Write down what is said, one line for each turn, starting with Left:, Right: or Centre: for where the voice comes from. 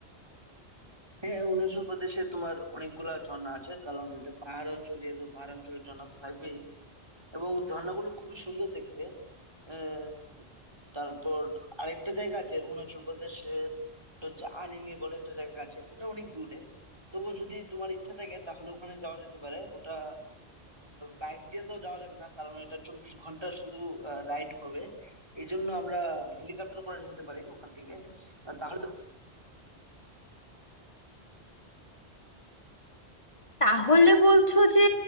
Right: হ্যাঁ অরুণাচল প্রদেশে তোমার অনেকগুলা ঝর্ণা আছে কারণ এটা পাহাড় অঞ্চল যেহেতু পাহাড় অঞ্চলের ঝর্ণা তো থাকবেই এবং ঝর্ণাগুলো খুবই সুন্দর দেখতে আহ, তারপর আরেকটা জায়গা আছে অরুণাচল প্রদেশের এটা হচ্ছে আনিনি বলে একটা জায়গা আছে ওটা অনেক দূরে তবু যদি তোমার ইচ্ছা থাকে তাহলে ওখানে যাওয়া যেতে পারে ওটা বাইক দিয়ে তো যাওয়া যাবে না কারণ এটা চব্বিশ ঘন্টা শুধু রাইড হবে এই জন্য আমরা হেলিকপ্টার করে যেতে পারি ওখান থেকে আর তাহলে
Left: তাহলে বলছো যে